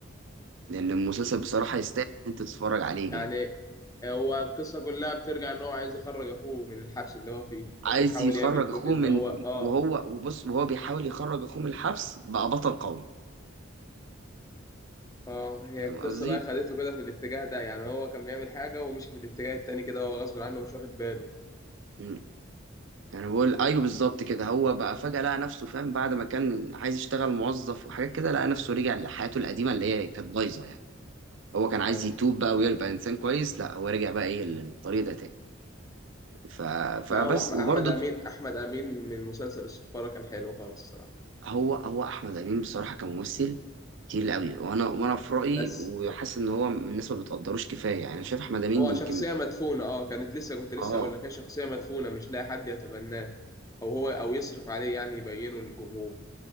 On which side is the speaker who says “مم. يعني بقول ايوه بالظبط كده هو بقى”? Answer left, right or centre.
Right